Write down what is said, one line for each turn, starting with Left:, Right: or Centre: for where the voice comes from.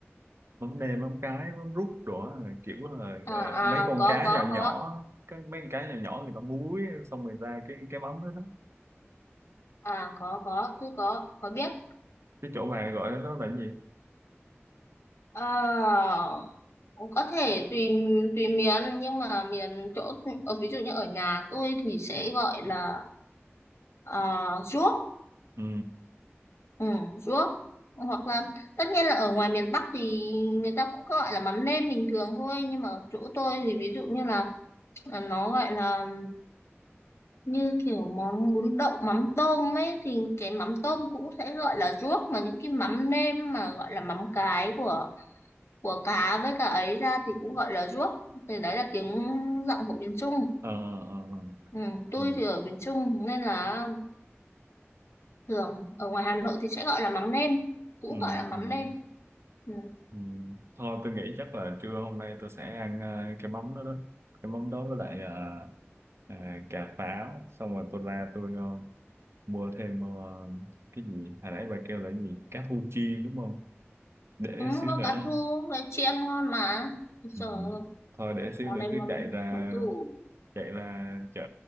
Right: mắm nêm mắm cái mắm rút rồi á, kiểu là
Left: à
Right: ờ, mấy
Left: à
Right: con
Left: có
Right: cá
Left: có
Right: nhỏ
Left: có
Right: nhỏ, cái mấy con cá nhỏ nhỏ người ta muối xong rồi ra cái cái mắm đó đó.
Left: à có có tôi có có biết
Right: Cái chỗ bạn gọi đó là cái gì?
Left: à, có thể tùy tùy miền nhưng mà miền chỗ ở ví dụ như ở nhà tôi thì sẽ gọi là à, ruốc
Right: Ừ.
Left: Ừ, ruốc hoặc là tất nhiên là ở ngoài miền Bắc thì người ta cũng gọi là mắm nêm bình thường thôi nhưng mà ở chỗ tôi thì ví dụ như là là nó gọi là như kiểu món bún đậu mắm tôm ấy thì cái mắm tôm cũng sẽ gọi là ruốc mà những cái mắm nêm mà gọi là mắm cái của của cá với cả ấy ra thì cũng gọi là ruốc thì đấy là tiếng giọng của miền Trung
Right: Ờ ờ ờ.
Left: ừ, tôi
Right: ừ.
Left: thì ở miền Trung nên là thường ở ngoài Hà Nội thì sẽ gọi là mắm nêm cũng
Right: Ừ.
Left: gọi là mắm
Right: Ừ.
Left: nêm Ừ.
Right: Ừ. Thôi tôi nghĩ chắc là trưa hôm nay tôi sẽ ăn ờ, cái mắm đó đó. Cái mắm đó với lại ờ, à, cà pháo xong rồi tôi ra tôi ờ, mua thêm ờ, cái gì hồi nãy bà kêu là cái gì cá thu chiên đúng không để
Left: Ừ,
Right: xíu
Left: có
Right: nữa
Left: cá thu với chị ăn ngon mà. Rồi,
Right: ừ. thôi để xíu
Left: món
Right: nữa
Left: này
Right: cứ
Left: món
Right: chạy ra
Left: món tủ.
Right: chạy ra chợ